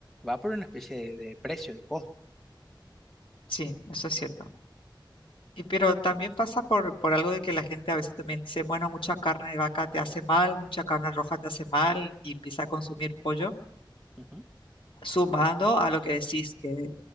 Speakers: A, in the centre; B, on the left (about 90°).
A: va por una especie de, de precio, de costo.
B: Sí, eso es cierto. Y pero también pasa por, por algo de que la gente a veces también dice, bueno, mucha carne de vaca te hace mal, mucha carne roja te hace mal y empieza a consumir pollo.
A: Ujú.
B: sumando a lo que decís, que es